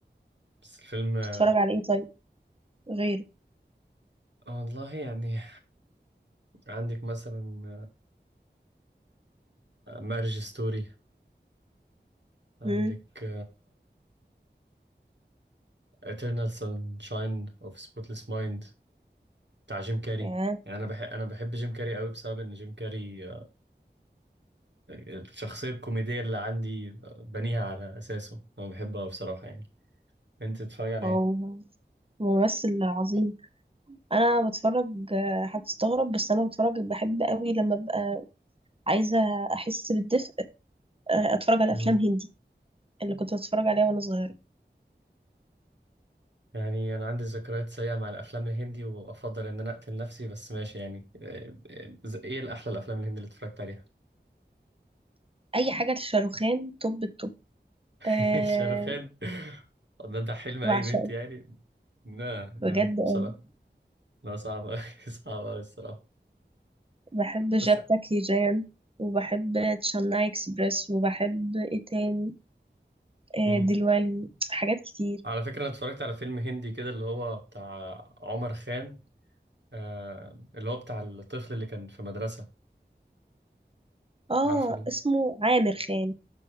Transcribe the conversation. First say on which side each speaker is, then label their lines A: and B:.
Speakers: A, on the right (about 70°); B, on the right (about 30°).
A: بس الفيلم آه،
B: بتتفرج على ايه طيب غيره
A: والله يعني عندك مثلا مارج ستوري عندك
B: امم
A: Eternal Sunshine of Spotless Mind بتاع جيم كاري
B: ياه
A: يعني انا بحب انا بحب جيم كاري قوي بسبب ان جيم كاري الشخصية الكوميدية اللي عندي بنيها على أساسه أنا بحبها بصراحة يعني أنت بتتفرج على
B: هو
A: إيه؟
B: ممثل عظيم انا بتفرج آه، هتستغرب بس انا بتفرج بحب قوي لما ابقى عايزه احس بالدفء آه، اتفرج على
A: مم.
B: افلام هندي اللي كنت بتفرج عليها وانا صغيره
A: يعني أنا عندي ذكريات سيئة مع الأفلام الهندي وأفضل إن أنا أقتل نفسي بس ماشي يعني آه، آه، إيه الأحلى الأفلام الهندي اللي اتفرجت عليها؟
B: اي حاجه لشاروخان توب التوب
A: <laughs>
B: أه
A: شاروخان ده ده حلم أي
B: بعشقه
A: بنت يعني لا لا
B: بجد آه،
A: بصراحة لا صعب أوي <laughs> صعب أوي الصراحة
B: بحب جابتك
A: بس
B: هيجان وبحب تشاناي اكسبريس وبحب ايه تاني آه،
A: مم.
B: دلوالي حاجات كتير
A: على فكرة أنا اتفرجت على فيلم هندي كده اللي هو بتاع عمر خان آه اللي هو بتاع الطفل اللي كان في مدرسة
B: اه
A: عارفة ال-
B: اسمه عامر خان